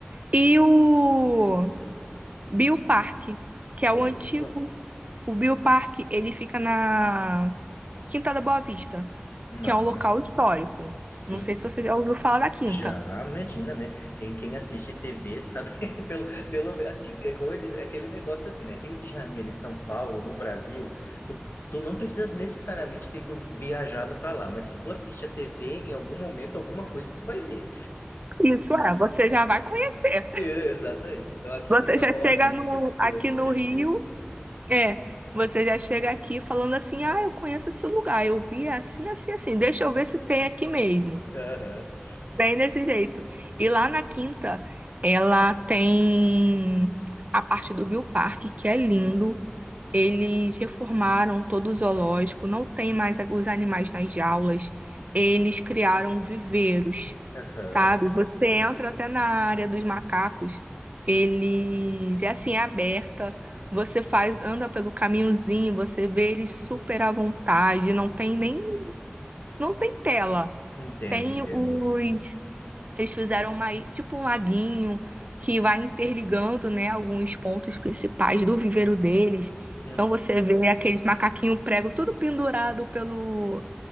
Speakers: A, on the right (about 35°); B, on the left (about 70°).
A: E o Bioparque, que é o
B: Opa.
A: antigo. O Bioparque, ele fica na Quinta da Boa Vista,
B: Mas,
A: que é um local histórico.
B: sim,
A: Não sei se você já ouviu falar da Quinta.
B: já imagina, né? Quem, quem assiste TV sabe, <laughs> pelo, pelo menos, assim, é como eu disse, é aquele negócio assim, né? Rio de Janeiro e São Paulo, no Brasil, tu, tu não precisa necessariamente ter ido viajado para lá, mas se tu assiste a TV, em algum momento, alguma coisa tu vai ver.
A: Isso é, você já vai conhecer.
B: <laughs> Exatamente. Então, aqui
A: Você
B: tu tá
A: já
B: Boa
A: chega
B: Vista,
A: no, aqui
B: com
A: no
B: certeza.
A: Rio, é, você já chega aqui falando assim: ah, eu conheço esse lugar, eu vi assim, assim, assim, deixa eu ver se tem aqui mesmo.
B: Aham,
A: Bem desse jeito. E lá na Quinta, ela tem a parte do Bill Park, que é lindo. Eles reformaram todo o zoológico, não tem mais a- os animais nas jaulas. Eles criaram viveiros,
B: aham.
A: sabe? Você entra até na área dos macacos, eles é assim, é aberta. Você faz, anda pelo caminhozinho, você vê eles super à vontade, não tem nem, não tem tela.
B: Entendo,
A: Tem
B: entendo.
A: os eles fizeram uma, tipo um laguinho que vai interligando, né, alguns pontos principais do viveiro deles.
B: Uhum,
A: Então você vê aqueles macaquinhos prego tudo pendurado pelo,